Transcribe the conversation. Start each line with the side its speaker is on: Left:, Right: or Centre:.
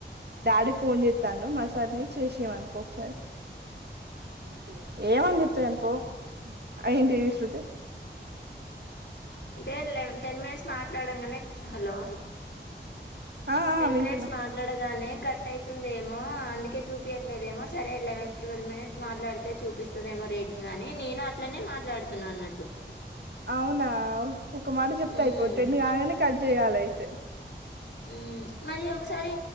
Right: డాడీ ఫోన్ చేత్తాండు మస్ కర్రీ చేసేమను పో ఒకసారి శివ పో ఆ ఏంటివి శ్రుతి
Left: అయితేె లెవ్ టెన్ మినిట్స్ మాట్లాడంగానే హలో
Right: ఆ ఆ
Left: టెన్
Right: వింటున్నా
Left: మినిట్స్ మాట్లాడగానే కట్ అవుతుందేమో అందుకే చూపయట్లేదేమో సరే లెవెన్ ట్వెల్వ్ మినిట్స్ మాట్లాడితే చూపిస్తదేమో కట్ రేటింగ్ అని నేను అట్లనే మాట్లాడుతున్నా అన్నట్టు
Right: అవునా ఒక మాట చెప్తా
Left: హ్మ్.
Right: ఇయిపో టెన్ కాగాగానే కట్ చేయాల అయితే
Left: ఉమ్ మరి ఒకసారి